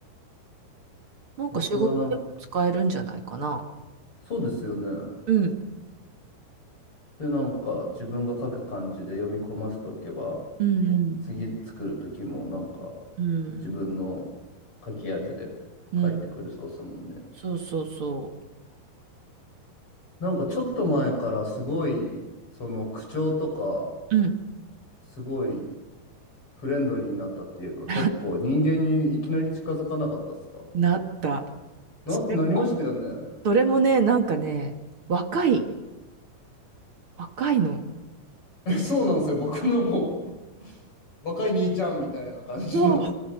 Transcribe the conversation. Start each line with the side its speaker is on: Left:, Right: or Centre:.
Right: なんか仕事でも使えるんじゃないかな。
Left: 僕はなんそうですよね。
Right: うん。
Left: で、なんか自分が書く感じで読み込ませておけば、
Right: うん、
Left: 次作る時もなんか
Right: うん。
Left: 自分の書き味で書いてくるそうですもんね。
Right: うん。うん。そうそうそう。
Left: なんかちょっと前からすごい、その口調とか、
Right: うん。
Left: すごいフレンドリーになったっていうか、
Right: <laughs>
Left: 結構人間にいきなり近づかなかったっすか
Right: なった。
Left: な、
Right: それも、
Left: なりましたよね。
Right: それもね、なんかね、若い、若いの。
Left: <laughs> えそうなんですよ。僕のもう若い兄ちゃんみたいな感じの
Right: そう。な